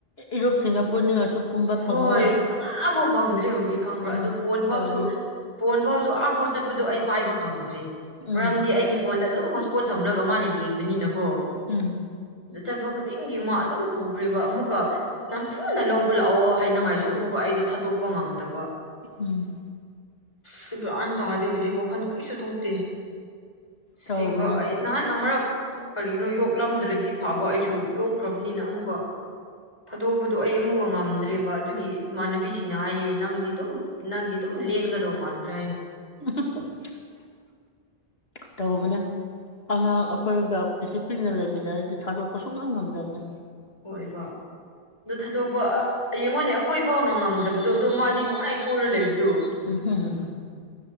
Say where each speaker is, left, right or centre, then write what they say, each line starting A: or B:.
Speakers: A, on the left (about 75°); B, on the left (about 30°).
A: ꯏꯔꯨꯞꯁꯤꯡꯒ ꯄꯨꯟꯅꯤꯡꯉꯁꯨ ꯄꯨꯝꯕ
B: ꯍꯣꯏ
A: ꯐꯪꯉꯣꯏ
B: ꯑꯃꯐꯥꯎ ꯐꯪꯗ꯭ꯔꯦ ꯍꯧꯖꯤꯛ ꯈꯪꯕ꯭ꯔꯥ
A: ꯎꯝ
B: ꯑꯗꯨꯣ ꯐꯣꯟ ꯐꯥꯎꯁꯨ
A: ꯇꯧꯕꯅꯦ
B: ꯐꯣꯟ ꯐꯥꯎꯁꯨ ꯑꯥꯞ ꯐꯥꯎ ꯆꯠꯄꯗꯣ ꯑꯩ ꯄꯥꯏꯕ ꯐꯪꯗ꯭ꯔꯤ
A: ꯎꯝ
B: ꯃꯔꯝꯗꯤ ꯑꯩꯒꯤ ꯐꯣꯟꯗ ꯑꯗꯨꯝ ꯍꯣꯁꯄꯣꯠ ꯁꯝꯂꯒ ꯃꯥꯅ ꯌꯦꯡꯕꯅꯤꯅꯀꯣ
A: ꯎꯝ
B: ꯑꯗꯨ ꯆꯠꯄ ꯈꯨꯗꯤꯡꯒꯤ ꯃꯥ ꯑꯗꯨꯝ ꯄꯨꯈ꯭ꯔꯦꯕ ꯑꯃꯨꯛꯀ ꯅꯝꯐꯨꯅ ꯂꯧꯕ ꯄꯨ ꯂꯥꯛꯑꯣ ꯍꯥꯏꯅꯉꯥꯏꯁꯨ ꯑꯃꯨꯛꯀ ꯑꯩꯗꯣ ꯊꯥꯗꯣꯛꯄ ꯉꯝꯗꯕ
A: ꯎꯝ
B: ꯁꯤ ꯒ꯭ꯌꯥꯟ ꯇꯥꯗꯦ ꯍꯧꯖꯤꯛ ꯋꯥꯈꯜ ꯀꯔꯤꯁꯨ ꯊꯣꯛꯇꯦ
A: ꯇꯧꯕꯅꯦ
B: ꯁꯦꯡꯕ ꯑꯩ ꯅꯍꯥꯟ ꯑꯃꯔꯛ ꯀꯔꯤꯅꯣ ꯌꯣꯛꯂꯝꯗ꯭ꯔꯗꯤ ꯐꯕ ꯑꯩꯁꯨ ꯌꯣꯛꯈ꯭ꯔꯕꯅꯤꯅ ꯑꯃꯨꯛꯀ ꯊꯥꯗꫭꯛꯄꯗꯨ ꯑꯩ ꯑꯃꯨꯛ ꯉꯝ ꯉꯝꯗ꯭ꯔꯦꯕ ꯑꯗꯨꯒꯤ ꯏꯃꯥꯟꯅꯕꯤꯁꯤꯡꯅ ꯍꯥꯏꯌꯦ ꯅꯪꯗꯤ ꯑꯗꯨꯝ ꯅꯪꯗꯤ ꯑꯗꯨꯝ ꯂꯦꯟꯒꯗꯧ ꯃꯥꯟꯈ꯭ꯔꯦ ꯍꯥꯏꯅ
A: <unintelligible> ꯇꯧꯕꯅꯦ ꯑꯉꯥꯡ ꯑꯩꯈꯣꯏꯒ ꯄꯤꯁꯛ ꯄꯤꯛꯅ ꯂꯩꯃꯤꯟꯅꯔꯗꯤ ꯊꯗꫭꯛꯄ ꯁꯨꯛꯉꯝ ꯉꯝꯗꯝꯅꯦ
B: ꯍꯣꯏꯕ ꯑꯗꯨ ꯊꯥꯗꯣꯛꯄ ꯌꯦꯡꯉꯣꯅꯦ ꯑꯩꯈꯣꯏ ꯐꯥꯎꯅ ꯉꯝꯗꯕꯗꯣ ꯑꯗꯣ ꯃꯥꯗꯤ ꯅꯨꯡꯉꯥꯏ ꯀꯣꯏꯔ ꯂꯩꯕꯗꯣ
A: ꯑꯍꯝ